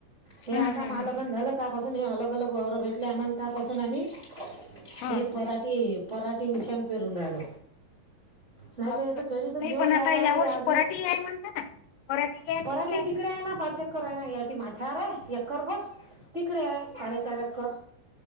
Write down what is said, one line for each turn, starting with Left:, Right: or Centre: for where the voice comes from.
Right: हे
Left: हम्म
Right: आता
Left: हम्म
Right: मलगन
Left: हम्म
Right: झालं हे अलग अलग वावर भेटले आम्हाला त्यापासून आम्ही
Left: हा
Right: हे पराट पोराठीी निशांंग पेरडाळ नाही
Left: हो
Right: तर याचं
Left: काय
Right: केळीच जीवन
Left: नाही पण
Right: जायाला
Left: आता
Right: आहे
Left: या
Right: ना बा
Left: वर्षी
Right: आज
Left: पराठी
Right: लोक
Left: आहे म्हणता ना पराठी आहे
Right: पराटे तिकडे आहे ना पाचक्कर आहे ना या माथ्यावर आहे एकर बर तिकडे आहे साडेचार एकर